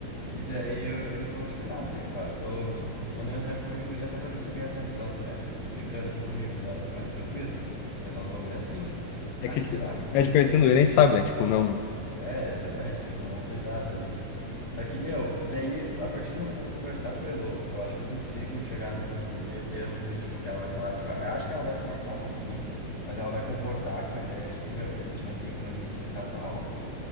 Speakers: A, on the left (about 50°); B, on the left (about 80°).
A: E daí eu- ele falou, tipo, não, Fê, fa- eu tô mandando mensagem pra um monte de guria só pra ver se eu ganho atenção, tá ligado? Tipo, brincando assim comigo. Daí ela ficou mais tranquila. Mas é uns bagulho assim, Fê, tipo,
B: É
A: ah,
B: que,
A: sei
B: é,
A: lá, meu.
B: tipo, conhecendo ele, a gente sabe, né? Tipo, não.
A: É, exatamente, tem que tomar um cuidado ali. Só que, meu, daí, a partir do momento que eu conversar com a Elô, eu acho que eu consigo chegar num meio termo de, tipo, que ela vai falar, tipo, eu acho que ela vai se machucar um pouquinho, mas ela vai concordar com a ideia de, tipo, meu, que a gente não tem como a gente ser um casal.